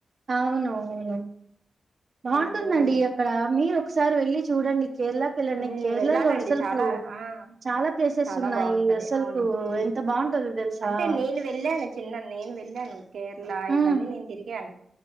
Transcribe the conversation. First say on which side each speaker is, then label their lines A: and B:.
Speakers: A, on the right; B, on the right.
A: అవును అవును బావుంటుందండి
B: మనం
A: అక్కడ మీరు ఒకసారి వెళ్ళి చూడండి కేరళకి వెళ్ళండి
B: ఊ
A: కేరళలో
B: వెళ్ళాలండి
A: అసలుకు
B: చాలా ఆ
A: చాలా ప్లేసెస్
B: చాలా
A: ఉన్నాయి
B: బావుంటది
A: అసలుకు
B: అవును ఊ
A: ఎంత బాగుంటదో తెలుసా
B: అంటే నేను వెళ్యాను చిన్న నేను వెళ్యాను కేర్ళా
A: హ్మ్
B: ఇవన్నీ నీన్ తిరిగాను